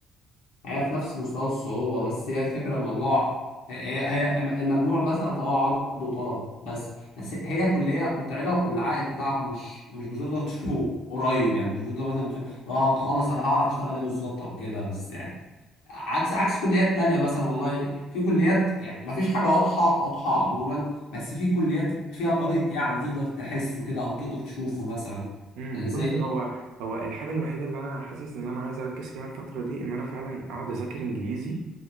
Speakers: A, on the left (about 80°); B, on the right (about 85°).
A: هي في نفس مستوى الصعوبة بس هي الفكرة الموضوع هي هي المجموع مثلا فهو عرض وطلب بس بس هي كلية متعبة والعائد بتاعها مش مش بتقدر تشوفه قريب يعني مش بتقدر مثلا تقول لو هتخلص انا هعرف اشتغل ايه بالظبط او كده بس يعني عكس عكس كليات تانية مثلا والله في كليات يعني ما فيش حاجة واضحة واضحة عموما بس في كليات فيها طريق يعني تقدر تحسه كده او تقدر تشوفه مثلا
B: امم
A: آه، زي
B: بص هو هو الحاجة الوحيدة اللي أنا حاسس إن أنا عايز أركز فيها الفترة دي إن أنا فعلا أقعد أذاكر إنجليزي